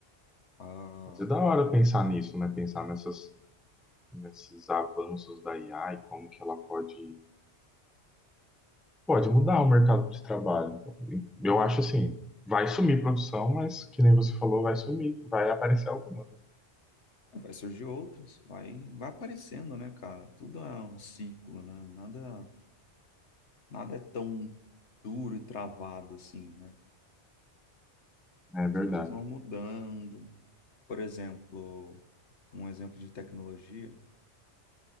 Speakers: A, on the left (about 80°); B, in the centre.
A: Ah,
B: Mas é da hora pensar nisso, né? Pensar nessas, nesses avanços da IA e como que ela pode, pode mudar o mercado de trabalho. Então, eu
A: eu-
B: acho assim, vai sumir produção, mas que nem você falou, vai sumir, vai aparecer alguma. né?
A: Vai surgir outras, vai, vai aparecendo, né, cara? Tudo é um ciclo, né? Nada, nada é tão duro e travado assim, né?
B: É
A: As
B: verdade.
A: coisas vão mudando. por exemplo, um exemplo de tecnologia,